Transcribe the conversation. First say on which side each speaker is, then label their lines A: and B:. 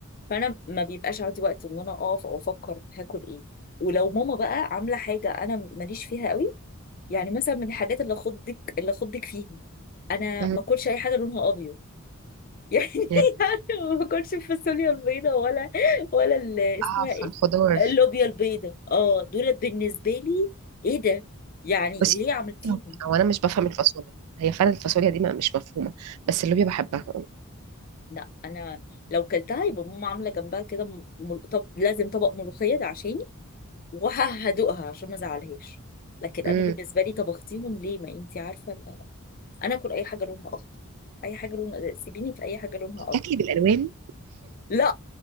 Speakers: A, on the left; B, on the right.
A: فانا ما بيبقاش عندي وقت ان انا اقف او افكر هاكل ايه ولو ماما بقى عامله حاجه انا ماليش فيها قوي يعني مثلا من الحاجات اللي اخضك اللي اخضك فيها انا
B: مم.
A: ما اكلش اي حاجه لونها ابيض يعني
B: يعني
A: <laughs> يعني ما باكلش الفاصوليا البيضاء ولا ولا ال- اسمها
B: اه
A: ايه
B: في الخضار
A: اللوبيا البيضاء اه دول بالنسبه لي ايه ده يعني
B: بس
A: ليه عملتيهم
B: هو انا مش بفهم الفاصوليا هي فعلا الفاصوليا دي ما- مش مفهومه بس اللوبيا بحبها
A: لا انا لو كلتها يبقى ماما عامله جنبها كده م- مل... طب لازم طبق ملوخيه ده عشاني وهدوقها عشان ما ازعلهاش لكن
B: امم
A: انا بالنسبه لي طبختيهم ليه ما انتي عارفه ان انا انا اكل اي حاجه لونها اخضر اي حاجه لونها سيبيني في اي حاجه لونها
B: بتاكلي
A: اخضر
B: بالالوان
A: لا